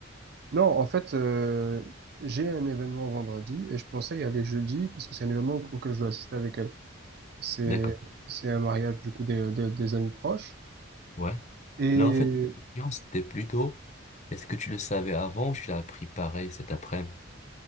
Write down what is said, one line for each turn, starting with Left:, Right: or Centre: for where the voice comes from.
Right: Non, en fait, euh, j'ai un événement vendredi, et je pensais y aller jeudi, parce que c'est un événement auquel je dois assister avec elle. C'est,
Left: D'accord.
Right: c'est un mariage, du coup, des, des, des amis proches.
Left: Ouais.
Right: Et
Left: Non, en fait, la question, c'était plutôt, est-ce que tu le savais avant ou tu l'as appris pareil cet après-midi?